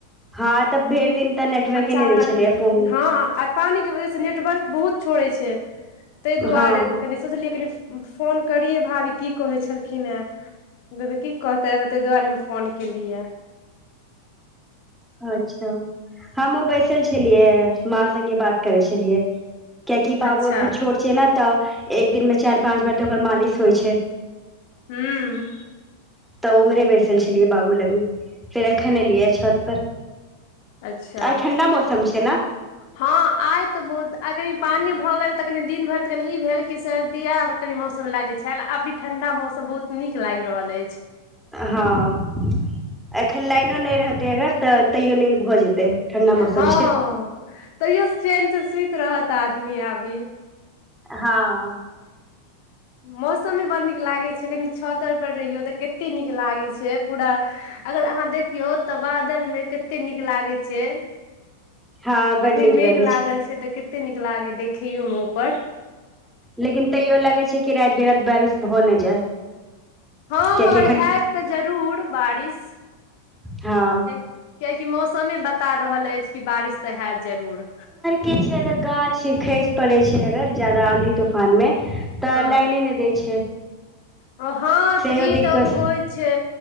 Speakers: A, in the centre; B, on the left (about 50°).
A: हँ तऽ भरि दिन तऽ नेटवर्के
B: अचानक
A: नहि दै छलै
B: मे
A: फोन
B: हँ आ पानी के वजह से नेटवर्क बहुत छोड़ै छै ताहि दुआरे
A: हँ
B: तऽ कनि सोचलियै कनि फोन करियै भाभी की कहैत छलखिन ख ह द की कहते ह ताहि दुआरे मे फोन केली हे
A: अच्छा हमहु बैसल छलियै माँ संगे बात करै छलियै यै कियैकि बाबू
B: अच्छा
A: एखन छोट छै ने तऽ एक दिन मे चारि पाँच बेार तऽ ओकर मालिश होइ छै
B: हूँ
A: तऽ ओम्हरे बैसल छलियै बाबू लगमे फेर रखे ने लियए छत पर
B: अच्छा
A: आइ ठण्डा मौसम छै ने
B: हँ आय तऽ बहुत आ कनि पानी भऽ गेल तऽ कनि दिन भरि कनी ई भेल की सर्दिया कनी मौसम लागे छै अभी ठंडा मौसम बहुत नीक लागे रहल अछि
A: हँ एखन लाइनो नहि रहते अगर तऽ तैयो नींद भऽ जेतै ठंडा मौसम
B: हँ
A: छै
B: तैयो ट्रेन से सुति रहत आदमी अभी
A: हँ
B: मौसम में बड़ नीक लागैत छै क छतर पर रहि तऽ कत नीक लागै छै पूरा अगर अहाँ देखियौ तऽ बादल में कतेक नीक लागै छै
A: हँ बड
B: अखन
A: नीक
B: मेघ
A: लगै
B: लागल छै तऽ कते नीक लागै देखैयो में ऊपर
A: लेकिन तैयो लगे छै कि राति बिराति बारिश हो नहि जाय
B: हँ
A: कियाकि
B: मगर
A: एखन
B: होयत तऽ जरूर बारिश
A: हँ
B: कियाकि मौसमे बता रहल अछि कि बारिश तऽ हैत जरूर
A: किछु अगर गाछ खसि पड़ै छै अगर जदा आँधी तूफान में तऽ
B: हँ
A: लाइने नहि दै छै
B: हँ
A: सेहो
B: तऽ ई
A: दिक्कत
B: तऽ होइ छै